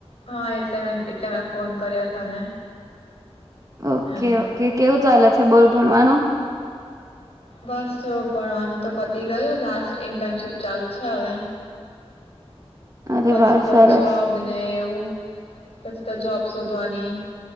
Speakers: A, on the left; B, on the right.
A: હા એટલે મે એટલે મેં ફોન કર્યા તને.
B: ઓકે
A: એમ
B: ઓકે કેવું ચાલે છે બોલ ભણવાનું?
A: બસ જો ભણવાનું તો પતી ગયું લાસ્ટ ઇન્ટર્નશીપ ચાલુ છે હવે.
B: અરે
A: પછી
B: વાહ
A: તો
B: સરસ
A: જોબ ને એવું પછી તો જોબ શોધવાની.